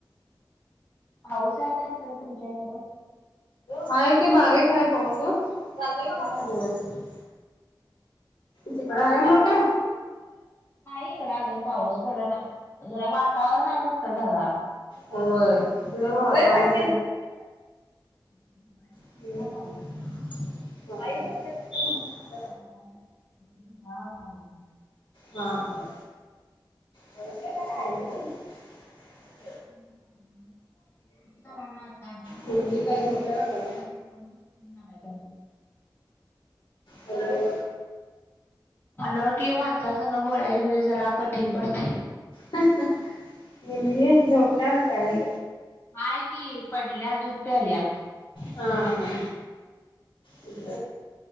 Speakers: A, on the left (about 25°); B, on the left (about 85°).
A: हऊसा आहे का तिकडे तुमच्याकडे?
B: हाय की बारीक हाय पाऊस <unintelligible> तिकड आहे मोठा?
A: नाही इकड अजून पाऊस पडना जरा वातावरण आहे फक्त ढगाळ.
B: होय इकडं वातावरण
A: <unintelligible> <inaudible>
B: <unintelligible>
A: पाऊस
B: आई बसल्यात तिथं म्हणून म्हंटल.
A: <unintelligible>
B: हा हा <unintelligible> <inaudible>
A: <unintelligible> <inaudible>
B: मुलगी
A: <unintelligible>
B: काय झोपल्या का काय?
A: Thank you
B: hello.
A: अनोळखी माणसा संग बोलायच म्हणजे जरा कठीण पडतय.
B: ह ह मुलगी झोपल्या का काय?
A: हाय की, पडल्या दूध प्यायल्या.
B: हा हा. <inaudible>